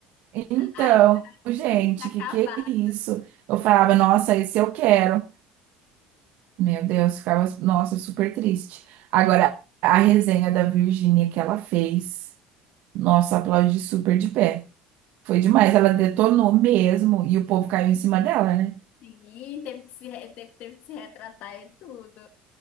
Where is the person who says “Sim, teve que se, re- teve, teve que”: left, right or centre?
Left